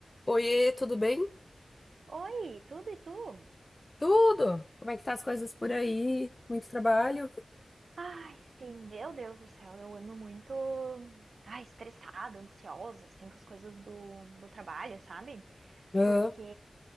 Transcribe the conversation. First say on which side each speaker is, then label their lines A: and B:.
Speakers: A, on the left; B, on the right.
A: Oiê, tudo bem?
B: Oi, tudo e tu?
A: Tudo! Como é que tá as coisas por aí? Muito trabalho?
B: Ai, sim, meu Deus do céu, eu ando muito, ai, estressada, ansiosa, assim, com as coisas do, do trabalho, sabe?
A: Ah,
B: Porque